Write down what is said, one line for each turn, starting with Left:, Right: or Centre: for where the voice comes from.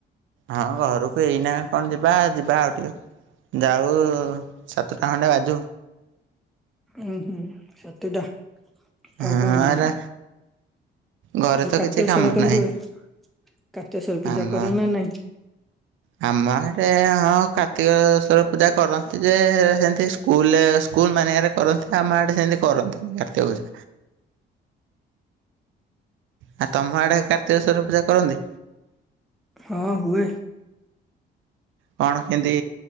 Right: ହଁ ଘରକୁ ଏଇନା କଣ ଯିବା ଯିବା ଆଉ ଟିକେ ଯାଉ ସାତଟା ଖଣ୍ଡେ ବାଜୁ
Centre: ଉୁଁ ହୁଁ ସାତଟା ଆଉ
Right: ହଁ
Centre: କଣ ଆଉ
Right: ଏରା ଘରେ ତ
Centre: କାର୍ତ୍ତିକେଶ୍ୱର
Right: କିଛି କାମ
Centre: କେମିତି
Right: ନାହିଁ
Centre: ହୁଏ କାର୍ତ୍ତିକେଶ୍ୱର ପୂଜା
Right: ଆମ
Centre: କର ନା ନାଇଁ
Right: ଆମ ଆଡ଼େ ହଁ କାର୍ତ୍ତିକେଶ୍ୱର ପୂଜା କରନ୍ତି ଯେ ସେମିତି ସ୍କୁଲ ସ୍କୁଲ ମାନଙ୍କରେ କରନ୍ତି ଆମ ଆଡ଼େ ସେମିତି କରନ୍ତିନି କାର୍ତ୍ତିକ ପୂଜା। ଆଉ ତମ ଆଡ଼େ କାର୍ତ୍ତିକେଶ୍ୱର ପୂଜା କରନ୍ତି
Centre: ହଁ ହୁଏ
Right: କଣ କେମିତି